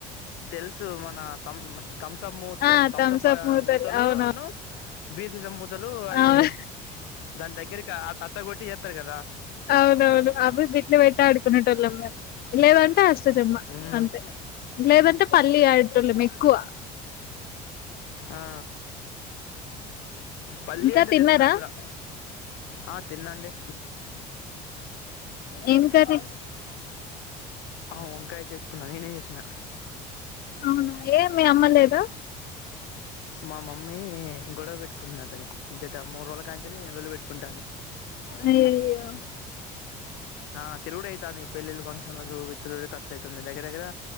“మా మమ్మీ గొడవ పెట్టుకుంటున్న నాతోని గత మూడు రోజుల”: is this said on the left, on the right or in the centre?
Left